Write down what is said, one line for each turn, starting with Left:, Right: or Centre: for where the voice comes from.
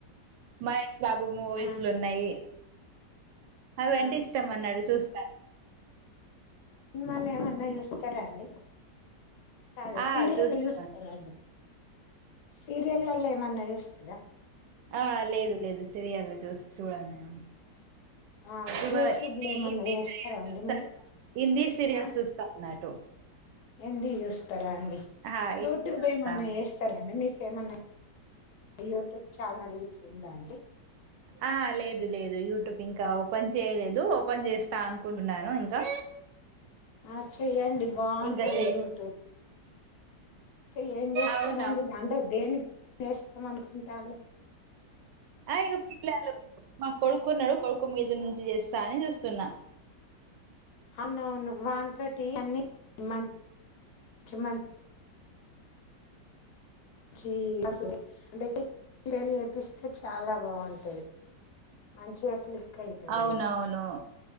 Right: మహేష్ బాబు మూవీస్లు
Left: ఆ
Right: ఉన్నాయి అవంటే
Left: ఆ
Right: ఇష్టం అన్నాడు చూస్తా
Left: సినిిమళ్ళ ఏమన్నా చూస్తారా అండి కాే
Right: ఆ
Left: సీరియల్
Right: చూస్తా
Left: చూస్స్తార అన్ని సీరియల్లల్లు చూస్తరా
Right: ఆ లేదు లేదు సీరియల్ చూస్ చూడను నేను
Left: ఆ అస
Right: ఇవ
Left: యూట్యూబ్లో
Right: హిందీ
Left: ఏమన్నా చేస్తారా
Right: హిందీ సీరియల్స్
Left: అండి
Right: చూస్తాను
Left: మీరు
Right: హిందీ సీరియల్స్
Left: ఆ
Right: చూస్తా అన్నట్టు
Left: హిందీయి చూస్
Right: ఆ హిందీ
Left: యూట్యూబ్
Right: చూస్తా
Left: ఏమన్నా చేస్తారండి మీ ఇంకేమన్నా యూట్యూబ్ ఛానల్ గిట్ల ఉందా అండి
Right: ఆ లేదు లేదు యూట్యూబ్ ఇంకా ఓపెన్ చేయలేదు ఓపెన్ చేస్తా అనుకుంటున్నాను ఇంకా
Left: ఆ చెయ్యండి బాగుంటది
Right: ఇంకా చెయ్
Left: యూట్యూబ్ అంటే ఏం చేస్తారండి
Right: అవునవును
Left: ఇది అంటే దేనికి చేస్తాం అనుకుంటాలు
Right: ఆగ పిల మా కొడుకున్నాడు కొడుకు మీదు నుంచి చేస్తా అని చూస్తున్నా
Left: అవునువును వన్ థర్టీ అన్ని మంచి మ జ అ అంటే చెపిస్తే చాలా బాగుంటుంది మంచి ఎట్లి వుతాడు
Right: అవునవును
Left: కూడా